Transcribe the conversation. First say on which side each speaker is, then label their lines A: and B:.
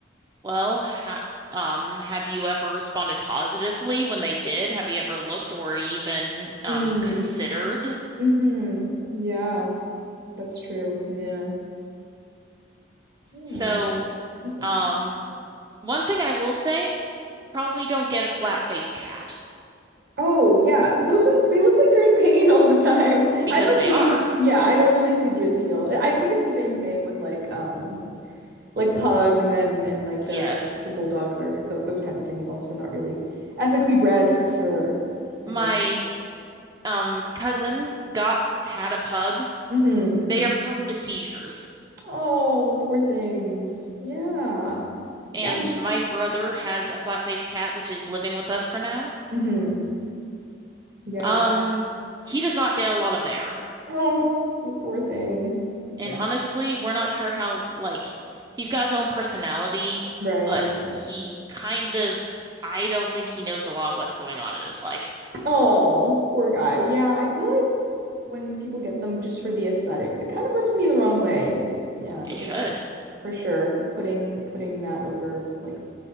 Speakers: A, on the right; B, on the right.
A: Well, ha um, have you ever responded positively when they did? Have you ever looked or even um,
B: Mm.
A: considered?
B: Mm-hmm. Yeah, that's true. Yeah. Yeah.
A: So,
B: <laughs>
A: um, one thing I will say, probably don't get a flat-faced cat
B: Oh, yeah. Those ones, they look like they're in pain all the time. <laughs>
A: because
B: I don't
A: they
B: really,
A: are.
B: yeah, I don't really see the appeal. I I think it's the same thing with like um like pugs and and like
A: Yes.
B: the the bulldogs or th those kind of things also not really ethically bred for sure. Kind
A: My
B: of.
A: um, cousin got had a pug.
B: Mm-hmm.
A: They are prone to seizures.
B: Oh, poor things. Yeah.
A: And
B: Yeah.
A: my brother has a flat-faced cat, which is living with us for now.
B: Mm-hmm. Yeah.
A: Um, he does not get a lot of air.
B: Oh, the poor thing. Yeah.
A: And honestly, we're not sure how, like, he's got his own personality,
B: Right.
A: but
B: Mhm.
A: he kind of, I don't think he knows a lot of what's going on in his life.
B: Oh, poor guy. Yeah, I feel like when people get them just for the aesthetics, it kind of rubs me the wrong way because yeah, it's
A: It should.
B: just for sure putting putting that over like